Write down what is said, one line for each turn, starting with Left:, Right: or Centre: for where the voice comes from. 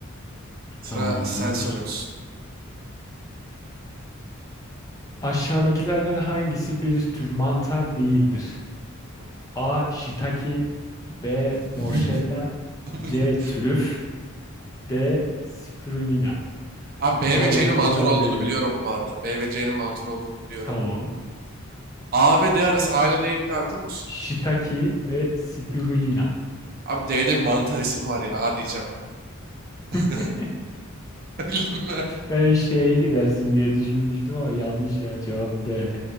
Right: Sıra
Left: Tamamdır.
Right: sen soruyorsun.
Left: Aşağıdakilerden hangisi bir tür mantar değildir?
Right: Hı.
Left: A. Shiitake B.
Right: <laughs>
Left: Morşella C.
Right: Bu ne?
Left: Trüf D. Spirulina
Right: Abi B
Left: Zor
Right: ve C'nin
Left: bir soru
Right: mantar
Left: kabul
Right: olduğunu
Left: ediyorum.
Right: biliyorum bu arada. B ve C'nin mantar olduğunu biliyorum.
Left: Tamam.
Right: A ve D arası A ile D'yi bir daha okur musun?
Left: Shiitake ve Spirulina.
Right: Abi D'de bir mantar ismi var ya. A diyeceğim ben. <laughs>
Left: <laughs>
Right: Bildin mi?
Left: Ben şeye gidersin diye düşünmüştüm ama yanlış ya. Cevap D.